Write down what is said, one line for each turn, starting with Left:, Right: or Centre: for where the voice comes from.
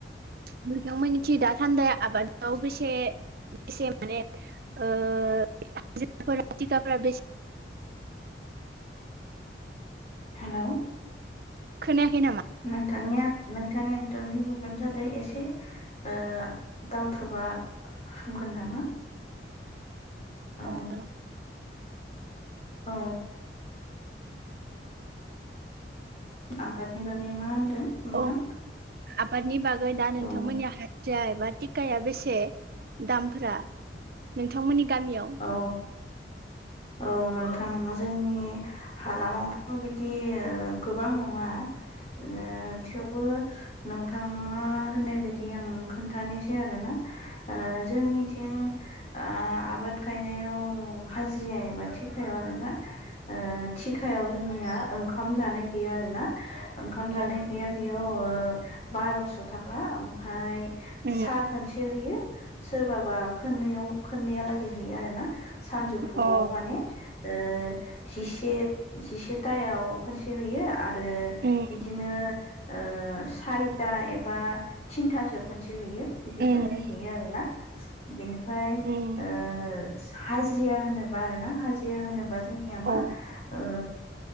Right: नोंथां मोननिथि दासान्दै आबादखौ बेसे बेसे माने ओ हाजिराफोरा टिखाफोरा बेसे
Left: हेल'
Right: खोनायाखै नामा?
Left: नोंथांनिया नोंथांनिया नेटवार्कनि प्रब्लेम जादो एसे ओ दावथुबा हामगोन नामा? औ
Right: अ र'
Left: औ आबादनि बागै मा होनदों नोंथां
Right: औ आबादनि बागै दा नोंथांमोननिया
Left: औ
Right: जायबा टिकाया बेसे दामफोरा नोंथांमोननि गामियाव?
Left: औ औ नोंथां जोंनि हालामावथ' बिदि गोबां नङा ओ थेवबो नोंथाङा होननाय बायदि आं खोन्थानोसै आरोना ओ जोंनिथिं ओ आबाद गायनायाव ओ हाजिरा एबा थिखायाव आरो ना ओ थिखायाव जोंनिया ओंखाम जानाय गैया आरो ना ओंखाम जानाय
Right: औ
Left: गैया बेयाव ओ बारस' थाखा ओमफ्राय
Right: अ
Left: सा खोनसे हैयो सोरबाबा खोननैयाव खोननैहा लागै हैयो आरो ना। सानजौफुआव
Right: अ उम अ
Left: माने। ओ जिसे जिसेथायाव खनसे होयो आरो
Right: उम
Left: बिदिनो ओ सारिथा एबा थिनथासोआव खनसे हैयो बिदि
Right: उम
Left: खननै हैयो आरोना बिनिफ्राय
Right: उम
Left: ओ हाजिरा होनोबा आरो ना हाजिरा होनोबा जोंनिया मा
Right: औ
Left: ओ